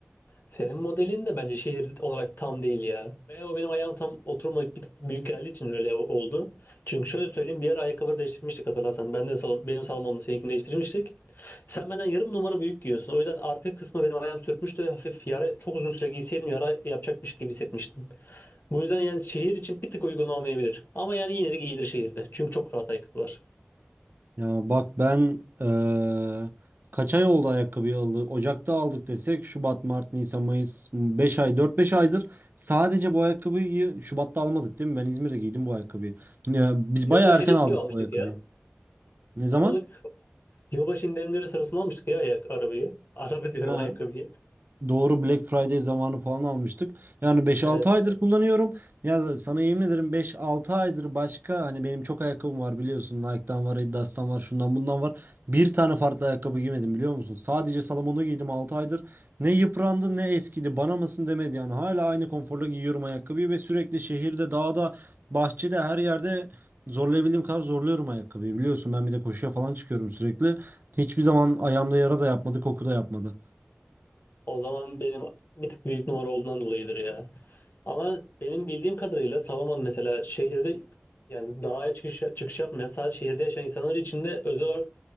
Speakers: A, on the left (about 60°); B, on the right (about 55°).
A: Senin modelin de bence şehir olarak tam değil ya. Veya o benim ayağım tam oturmayıp bir tık büyük geldiği için öyle oldu. Çünkü şöyle söyleyeyim bir ara ayakkabıları değiştirmiştik hatırlarsan. Ben de salon, benim salonumda seninkini değiştirmiştik. Sen benden yarım numara büyük giyiyorsun. O yüzden arka kısmı benim ayağım sürtmüştü ve hafif yara çok uzun süre giyseydim yara yapacakmış gibi hissetmiştim. Bu yüzden yani şehir için bir tık uygun olmayabilir. Ama yani yine de giyilir şehirde. Çünkü çok rahat ayakkabılar.
B: Ya bak ben eee, kaç ay oldu ayakkabıyı alı Ocak'ta aldık desek Şubat, Mart, Nisan, Mayıs beş ay dört beş aydır sadece bu ayakkabıyı Şubat'ta almadık değil mi? Ben İzmir'de giydim bu ayakkabıyı. Ya, biz
A: Yılbaşı
B: bayağı erken
A: hediyesi
B: aldık
A: gibi almıştık
B: bu ayakkabıyı.
A: ya.
B: Ne zaman?
A: Aralık yılbaşı indirimleri sırasında almıştık ya ayak arabayı. <laughs> Araba diyorum
B: Ha.
A: ayakkabıyı.
B: Doğru Black Friday zamanı falan almıştık. Yani beş
A: Evet.
B: altı aydır kullanıyorum. Ya sana yemin ederim beş altı aydır başka hani benim çok ayakkabım var biliyorsun. Nike'dan var, Adidas'tan var, şundan bundan var. Bir tane farklı ayakkabı giymedim biliyor musun? Sadece Salomon'u giydim 6 aydır. Ne yıprandı ne eskidi. Bana mısın demedi yani. Hala aynı konforla giyiyorum ayakkabıyı ve sürekli şehirde, dağda, bahçede her yerde zorlayabildiğim kadar zorluyorum ayakkabıyı. Biliyorsun ben bir de koşuya falan çıkıyorum sürekli. Hiçbir zaman ayağımda yara da yapmadı, koku da yapmadı.
A: O zaman benim bir tık büyük numara olduğundan dolayıdır ya. Ama benim bildiğim kadarıyla Salomon mesela şehirde yani dağa çıkış, çıkış yapmayan sadece şehirde yaşayan insanlar için de özel olarak